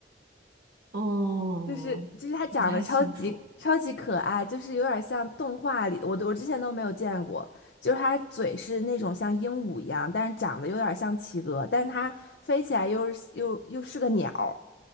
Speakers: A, on the right; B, on the left.
A: 哦，
B: 就是就是他长得超级超级可爱，
A: 不太清楚。
B: 就是有点像动画里的，我都我之前都没有见过。就是他嘴是那种像鹦鹉一样，但是长得有点像企鹅，但是它飞起来又是又又是个鸟儿